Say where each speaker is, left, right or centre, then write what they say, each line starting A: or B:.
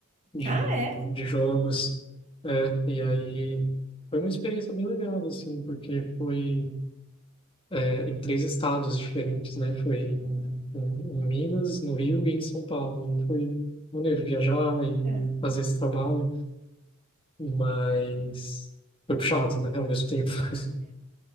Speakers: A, on the left; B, on the right.
A: de,
B: Ah, é?
A: de jogos, é, e aí foi uma experiência bem legal, assim, porque foi é, em três estados diferentes, né? Foi em, em- em Minas, no Rio e em São Paulo. Foi maneiro viajar e
B: Cara.
A: fazer esse trabalho, mas foi puxado, né? Ao mesmo tempo. <laughs>